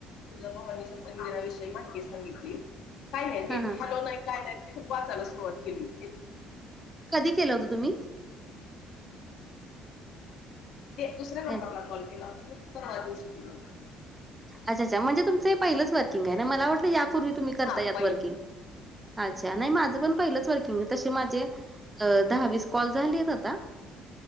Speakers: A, on the left (about 70°); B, on the right (about 15°).
A: तुळजाभवानीच्या मंदिराविषयी माहिती सांगितली. काही नाही नीट
B: हां, हां.
A: हॅलो नाही काय नाही मी वाचायला सुरुवात केली होती.
B: कधी केलं होतं तुम्ही?
A: दुसऱ्या
B: हं.
A: नंबर ला कॉल केला होता मी, परवा दिवशी केलं होत.
B: अच्छा अच्छा.. म्हणजे तुमचं पहिच
A: म्हणून
B: वर्किंग
A: नाही केला.
B: आहे ना मला वाटलं यापूर्वी तुम्ही करता
A: हा
B: यात
A: पहिलं
B: वर्किंग.. अच्छा! नाही माझं पण पहिलंच वर्किंग. तसे माझे अ दहा-वीस कॉल झालेत आहेत आता..